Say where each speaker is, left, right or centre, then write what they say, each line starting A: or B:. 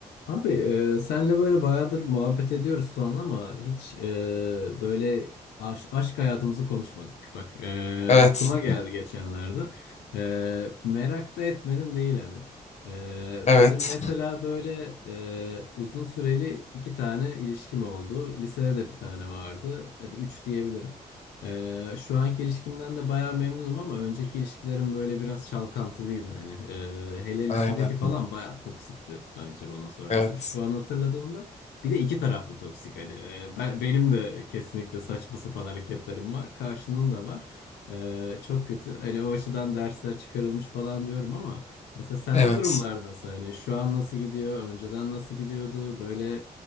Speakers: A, on the left; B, on the left.
A: Abi e, senle böyle bayağıdır muhabbet ediyoruz falan ama hiç e, böyle aş- aşk hayatımızı konuşmadık. Bak e,
B: Evet.
A: aklıma geldi geçenlerde. E, merak da etmedim değil hani. E,
B: Evet.
A: benim mesela böyle e, uzun süreli iki tane ilişkim oldu. Lisede de bir tane vardı. Hadi üç diyebilirim. Ee, şu anki ilişkimden de bayağı memnunum ama önceki ilişkilerim böyle biraz çalkantılıydı hani. Ee, hele lisedeki
B: Aynen.
A: falan bayağı toksikti bence bana sorarsan.
B: Evet.
A: Şu an hatırladığımda bir de iki taraflı toksik hani. Ee, ben- benim de kesinlikle saçma sapan hareketlerim var. Karşının da var. Ee, çok kötü. Hani o açıdan dersler çıkarılmış falan diyorum ama mesela sende
B: Evet.
A: durumlar nasıl? Hani şu an nasıl gidiyor? Önceden nasıl gidiyordu? Böyle